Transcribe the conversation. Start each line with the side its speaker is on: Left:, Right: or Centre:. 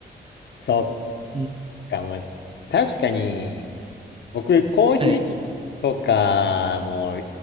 Left: そ
Right: うん。
Left: っか。まあ、確かに、僕、コーヒーとかも、
Right: はい。